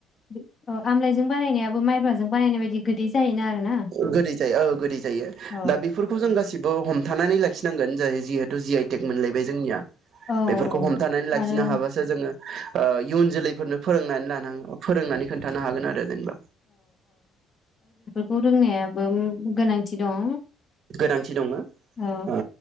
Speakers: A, on the left (about 40°); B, on the right (about 55°).
A: बि ओ आमलायजों बानायनायाबो माइब्राजों बानायनाय बायदि गोदै जायोना आरोना
B: गोदै जायो ओ गोदै जायो
A: औ
B: दा बेफोरखौ जों गासिबो हम थानानै लाखिनांगोन जाय जिहेथु जि आइ टेक मोनलायबाय जोंनिया।
A: औ
B: बेफोरखौ हमथानानै लाखिनो
A: आरो
B: हाबासो जोङो ओ इयुन जोलैफोरनो फोरोंनानै लानां अ फोरोंनानै खोन्थानो हागोन आरो जेनेबा।
A: खौ रोंनायाबो उम गोनांथि दं।
B: गोनांथि दङ
A: औ
B: ओ